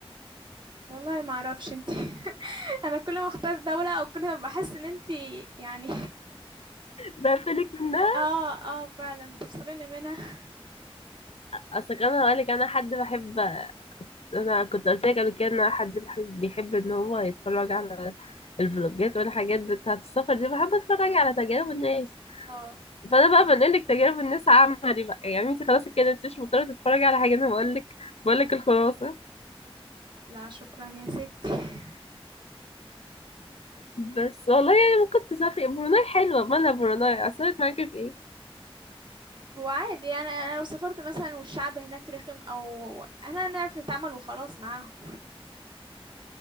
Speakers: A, on the right; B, on the left.
A: والله ما اعرفش انت <laughs> انا كل ما اختار دولة او كل ما بحس ان انت يعني
B: بقفلك منها
A: <laughs> اه اه فعلا بتفصليني منها
B: أصل كان هقولك أنا حد بحب أنا كنت قلت لك قبل كده إن أنا حد بحب بيحب إن هو يتفرج على الفلوجات والحاجات بتاعة السفر دي بحب أتفرج على تجارب الناس
A: اه
B: فأنا بقى بنقلك تجارب الناس عملي بقى يعني أنت خلاص كده أنت مش مضطرة تتفرجي على حاجة أنا بقولك بقولك الخلاصة
A: لا شكرا يا ستي
B: بس والله يعني ممكن تسافري بروناي حلوة مالها بروناي أثرت معاكي في إيه؟
A: هو عادي يعني انا لو سافرت مثلا والشعب هناك رخم او انا نعرف نتعامل وخلاص معاهم